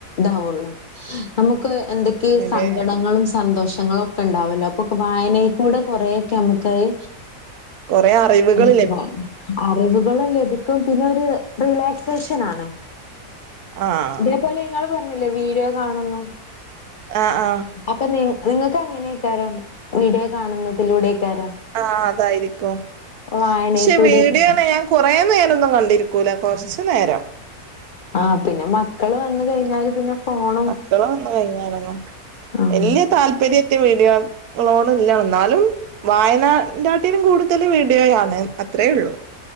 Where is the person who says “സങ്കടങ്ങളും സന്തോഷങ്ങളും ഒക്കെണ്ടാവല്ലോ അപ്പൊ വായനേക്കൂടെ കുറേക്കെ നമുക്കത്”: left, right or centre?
Left